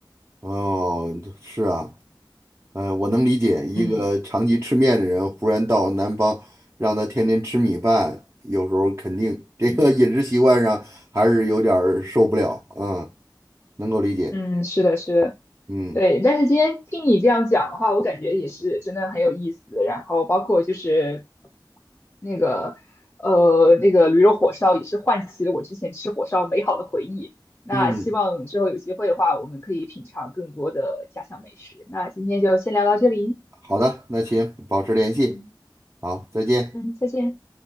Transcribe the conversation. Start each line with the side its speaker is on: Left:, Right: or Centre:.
Right: 哦，是啊。嗯，我能理解一个长期吃面的人，
Left: 嗯
Right: 忽然到南方，让他天天吃米饭，有时候肯定这个饮食习惯上还是有点儿受不了。
Left: 嗯
Right: 嗯，能够理解。
Left: 嗯，是的，是的。
Right: 嗯
Left: 对，但是今天听你这样讲的话，我感觉也是真的很有意思。然后包括就是那个呃那个驴肉火烧，也是唤起了我之前吃火烧美好的回忆。那希望之后有机会的话，
Right: 嗯，
Left: 我们可以品尝更多的家乡美食。那今天就先聊到这里，
Right: 好的，那行，保持联系，
Left: 嗯
Right: 好，再见。
Left: 嗯，再见。